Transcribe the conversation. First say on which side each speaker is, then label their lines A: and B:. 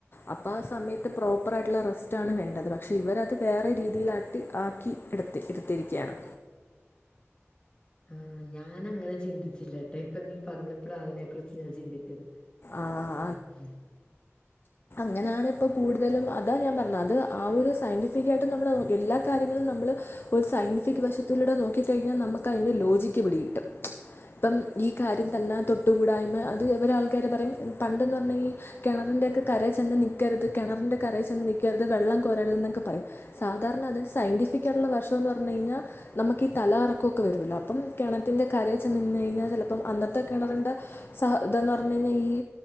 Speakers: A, on the left (about 50°); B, on the left (about 20°).
A: അപ്പൊ ആ സമയത്ത് പ്രോപ്പർ ആയിട്ടുള്ള റെസ്റ്റ് ആണ് വേണ്ടത്. പക്ഷെ ഇവരത് വേറെ രീതിയിലാക്കി ആക്കി എടുത്തി എടുത്തിരിക്കുകയാണ്
B: ആ ഞാൻ അങ്ങനെ ചിന്തിച്ചില്ലട്ടോ ഇപ്പ നീ പറഞ്ഞപ്പഴാ അതിനെ കുറിച്ച് ഞാൻ ചിന്തിച്ചത്
A: ആഹ്
B: ഉം ഉം
A: അങ്ങനെയാണ് ഇപ്പം കൂടുതലും അതാ ഞാൻ പറഞ്ഞത് അത് ആ ഒരു സയന്റിഫിക് ആയിട്ടും നമ്മളെ എല്ലാ കാര്യങ്ങളും നമ്മളെ ഒരു സയന്റിഫിക് വശത്തിലൂടെ നോക്കിക്കഴിഞ്ഞാൽ നമ്മക്ക് അതിൻ്റെ ലോജിക്ക് പിടി കിട്ടും ഇപ്പം ഈ കാര്യം തന്നെ തൊട്ടുകൂടായ്മ അത് ഒരാൾ ക്കരെ പറയും പണ്ടെന്ന് പറഞ്ഞകഴി കിണറിന്റെക്കെ കര ചെന്ന് നിക്കരുത് കിണറിൻന്റെ കരയിൽ ചെന്ന് നിൽക്കരുത് വെള്ളം കോരരുത് എന്നൊക്കെ പറയും സാധാരണ അതിന് സയന്റിഫിക്കായിട്ടുള്ള വശം ഒന്ന് പറഞ്ഞു കഴിഞ്ഞാൽ നമ്മക്ക് ഈ തല കറക്കവൊക്കെ വരുവലല്ലോ അപ്പം കിണറ്റിന്റെ കരയിൽ ചെന്ന് നി കഴിഞ്ഞൽ ചിലപ്പം അന്നത്തെ കിണറിന്റെ സഹ <unintelligible> പറ കഴിഞ്ഞാൽ ഈ